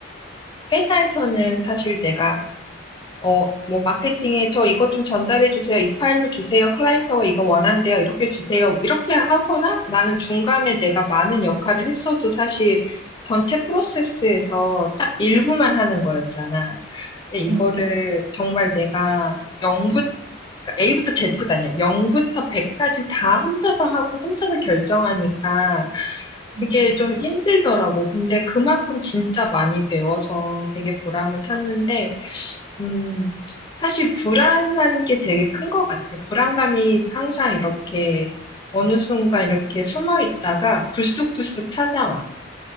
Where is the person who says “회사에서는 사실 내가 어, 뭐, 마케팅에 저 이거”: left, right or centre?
Left